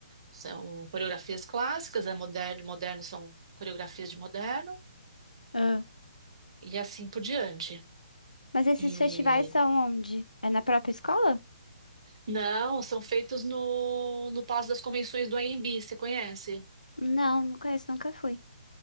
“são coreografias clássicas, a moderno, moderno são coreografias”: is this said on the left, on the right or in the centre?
Right